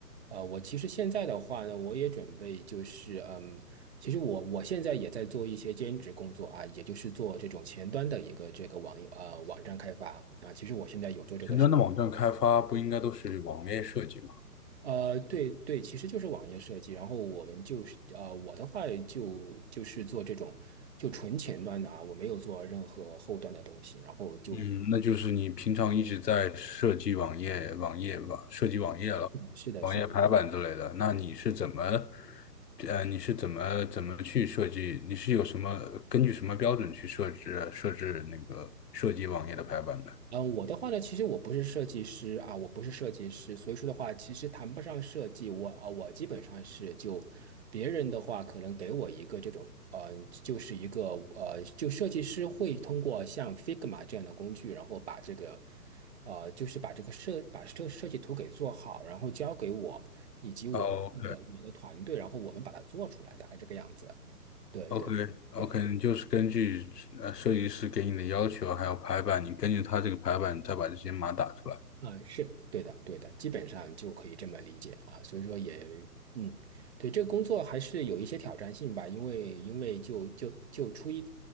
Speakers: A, on the right; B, on the left.
A: 呃，我其实现在的话呢，我也准备就是嗯。其实我我现在也在做一些兼职工作啊，也就是做这种前端的一个这个网页呃网站开发啊。其实我现在有做这个事
B: 前端的网站开发不应该都是网页设计吗？
A: 呃，对对，其实就是网页设计。然后我们就是呃，我的话就就是做这种就纯前端的啊，我没有做任何后端的东西。然后就
B: 嗯，那就是你平常一直在设计网页、网页吧，设计网页了。
A: 是是。的
B: 网页排版之类的，那你是怎么，呃，你是怎么怎么去设计？你是有什么根据什么标准去设置设置那个设计网页的排版的？
A: 嗯，我的话呢，其实我不是设计师啊，我不是设计师，所以说的话，其实谈不上设计。我啊，我基本上是就别人的话，可能给我一个这种，呃，就是一个呃，就设计师会通过像 Figma 这样的工具，然后把这个，呃，就是把这个设把设设计图给做好，然后交给我以及我那个我的团队，
B: 哦
A: 然后我们把它做出来，大概这个样子。对对对。
B: ，OK，OK，OK，你就是根据呃设计师给你的要求，还有排版，你根据他这个排版，你再把这些码打出来。
A: 啊，是对的，对的，基本上就可以这么理解啊。所以说也，嗯，对，这个工作还是有一些挑战性吧，因为因为就就就出一，